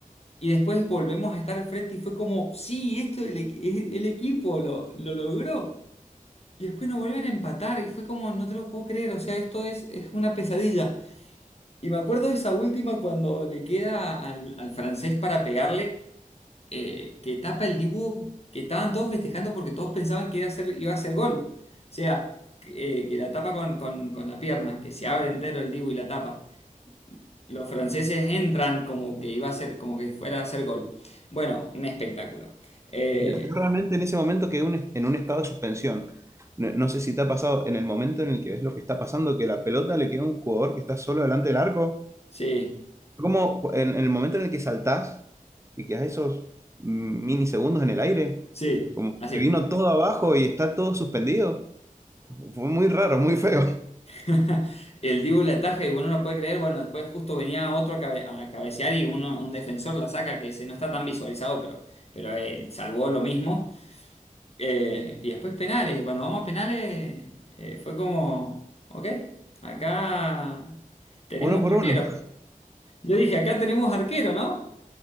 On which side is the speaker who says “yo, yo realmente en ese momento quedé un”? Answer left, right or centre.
Right